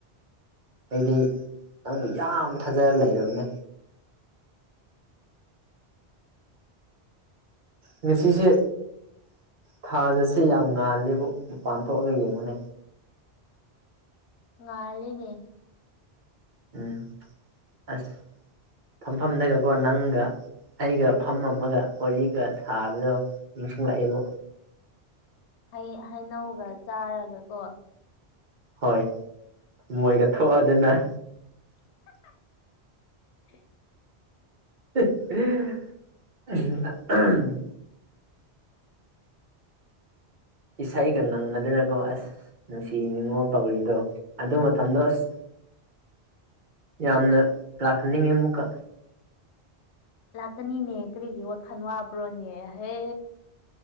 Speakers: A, on the right; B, on the left.
A: ꯑꯩꯗꯤ ꯅꯪꯕꯨ ꯌꯥꯝ ꯊꯥꯖꯔ ꯂꯩꯔꯕꯅꯦ ꯉꯁꯤꯁꯦ ꯊꯥꯖꯁꯦ ꯌꯥꯝ ꯉꯥꯜꯂꯦꯕꯨ ꯃꯄꯥꯟ ꯊꯣꯛꯑꯒ ꯌꯦꯡꯉꯨꯅꯦ
B: ꯉꯥꯜꯂꯤꯅꯦ
A: ꯎꯝ ꯑꯁ ꯐꯝꯐꯝꯗꯒꯀꯣ ꯅꯪꯒ ꯑꯩꯒ ꯐꯝ ꯃꯝꯃꯒ ꯋꯥꯔꯤꯒ ꯁꯥꯕꯗꯣ ꯅꯤꯡꯁꯤꯡ ꯂꯛꯏꯕꯨ
B: ꯍꯩ ꯍꯩꯅꯧꯒ ꯆꯥꯔꯒꯀꯣ
A: ꯍꯣꯏ ꯃꯣꯏꯒ ꯊꯣꯛꯑꯗꯅ
B: <unintelligible>
A: <unintelligible> ꯏꯁꯩ ꯀ ꯉꯪꯉꯗꯅꯀꯣ ꯑꯁ ꯅꯨꯡꯁꯤ ꯅꯨꯡꯉꯣꯜ ꯇꯧꯔꯤꯗꯣ ꯑꯗꯨ ꯃꯇꯝꯗꯣ ꯑꯁ ꯌꯥꯝꯅ ꯂꯥꯛꯍꯟꯅꯤꯡꯉꯤ ꯑꯃꯨꯛꯀ
B: ꯂꯥꯛꯀꯅꯤꯅꯦ ꯀꯔꯤꯒꯤ ꯋꯥꯈꯜ ꯋꯥꯕ꯭ꯔꯣꯅꯦ ꯍꯦ